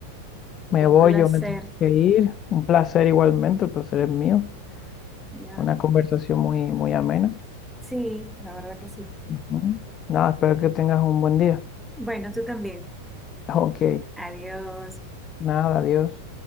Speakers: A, on the left (about 30°); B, in the centre.
A: me
B: fue
A: voy,
B: un placer.
A: yo me tengo que ir. Un placer igualmente, el placer es mío.
B: Ya.
A: Una conversación muy, muy amena.
B: Sí, la verdad que sí.
A: Ujú. Nada, espero que tengas un buen día. <laughs>
B: Bueno, tú también.
A: Ok,
B: Adiós.
A: nada, adiós.